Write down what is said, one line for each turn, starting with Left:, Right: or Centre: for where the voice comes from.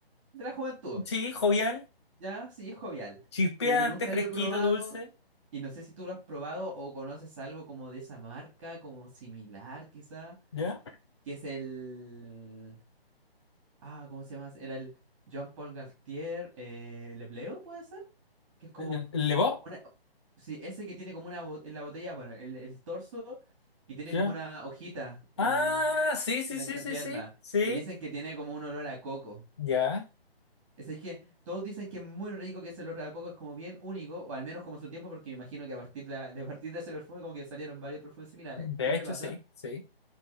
Right: de la juventud.
Left: Sí, jovial,
Right: Ya, sí, jovial.
Left: chispeante,
Right: Pero yo nunca
Left: fresquito,
Right: lo he probado.
Left: dulce.
Right: Y no sé si tú lo has probado o conoces algo como de esa marca, como similar quizá.
Left: ¿Ya?
Right: que es el... Ah, ¿cómo se llama? Era el Jean-Paul Galtier eh, Le ¿puede ser? Que es como
Left: ¿El, el Lebo?
Right: una... Sí, ese que tiene como una... bo- En la botella, bueno, el, el torso y tiene
Left: ¿Ya?
Right: como una hojita en,
Left: Ah, sí, sí,
Right: en la
Left: sí,
Right: entrepierna.
Left: sí, sí, sí.
Right: Y dicen que tiene como un olor a coco.
Left: Ya,
Right: Es decir, que todos dicen que es muy rico, que ese olor a coco es como bien único, o al menos como su tiempo, porque me imagino que a partir de, de a partir de ese perfume como que salieron varios perfumes similares,
Left: de
Right: siempre
Left: hecho,
Right: pasa.
Left: sí, sí.